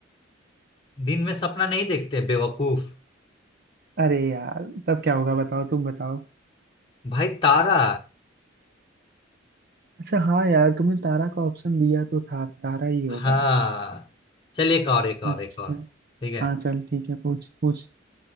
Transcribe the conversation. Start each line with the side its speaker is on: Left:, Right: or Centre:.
Left: दिन में सपना नहीं देखते बेवकूफ
Right: अरे यार तब क्या होगा बताओ तुम बताओ
Left: भाई तारा
Right: अच्छा हाँ यार तुमने तारा का ऑप्शन दिया तो था तारा ही होगा
Left: हाँ चल एक और एक और
Right: अच्छा
Left: एक और ठीक है
Right: हाँ चल ठीक है पूछ पूछ